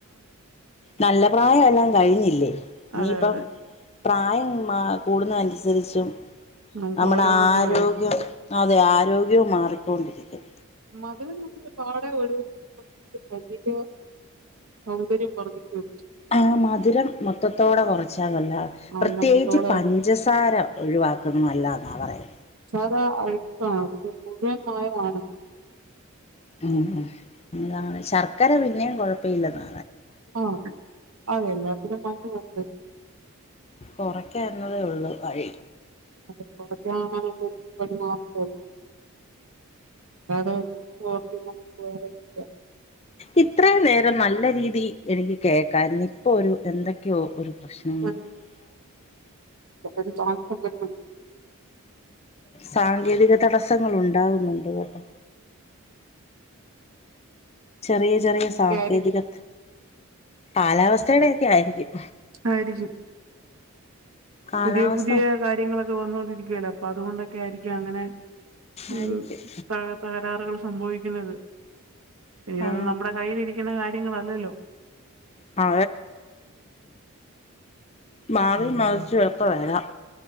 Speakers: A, on the left; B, on the right.
A: നല്ല പ്രായം എല്ലാം കഴിഞ്ഞില്ലേ ഇനിയിപ്പം
B: അതെ അതെ
A: പ്രായം കൂടുന്നതനുസരിച്ച് <unintelligible>
B: നമുക്ക്
A: നമ്മടെ
B: ഓരോ ഇത്
A: ആരോഗ്യം
B: വരും.
A: അതെ ആരോഗ്യവും മാറി കോണ്ടിരിക്കും
B: മധുരം നമ്മൾ പാട ഒഴ ശരീര സൗകര്യം വർദ്ധിച്ചുകു
A: ആ മധുരം മൊത്തത്തോടെ കൊറച്ച് പല്ല പ്രത്തേകിച്ച്
B: അന്നത്തത്തോടെ
A: പഞ്ചസാര ഒഴിവാക്കുന്നത് നല്ലതാ എന്നാ പറയുന്നത്
B: <unintelligible> ആ ആാണ്
A: ഉം അതാണ് ശർക്കര പിന്നെയും കുഴപ്പയില്ലെന്ന
B: ആഹ അത എല്ലാത്തിനും നന്നണ്ട്
A: കൊറക്ക എന്നതേ ഉള്ളൂ വഴി
B: അത് കൊറക്കാനാണങ്കി <unintelligible> മാത്രഒള്ളൂ അട നമുക്ക് <unintelligible>
A: ഇത്രയും നേരം നല്ല രീതി എനിക്ക് കേക്കായിരുന്നു ഇപ്പൊ ഒരു എന്തൊക്കെയോ ഒരു <unintelligible>
B: ഒരു <inaudible>
A: സാങ്കേതിക തടസ്സങ്ങൾ ഉണ്ടാകുന്നുണ്ട് കേട്ടോ ചെറിയ ചെറിയ
B: ഒക്കെ
A: സാങ്കേതികത്
B: ആയിരിക്കും.
A: കാലാവസ്ഥയുടെയൊക്കെ ആയിരിക്കും
B: ആയിരിക്കും
A: കാലാവസ്ഥ
B: പുതിയ പുതിയ കാര്യങ്ങളൊക്കെ വന്നോണ്ടിരിക്കുവല്ല അ അതുകൊണ്ടൊക്കെയിരിക്കും അങ്ങനെ
A: ആയിരിക്കും
B: ഉം തക തകരാറുകൾ സംഭവിക്കുന്നത് ഇതൊന്നും
A: ആ
B: നമ്മട കയ്യിലിരിക്കുന്നകാര്യ നിങ്ങളല്ലല്ലോ
A: ആ മാറി
B: ഉം.
A: മാറിച്ചും എപ്പോ വരാം.